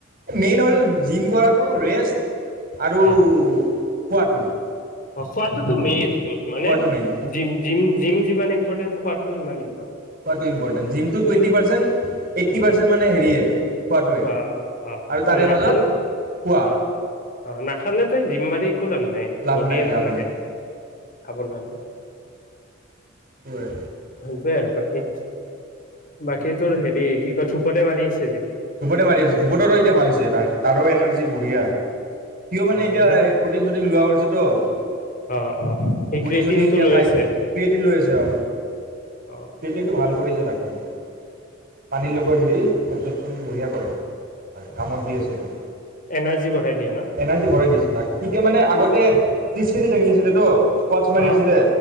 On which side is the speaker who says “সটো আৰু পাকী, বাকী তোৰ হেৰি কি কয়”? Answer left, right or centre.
Left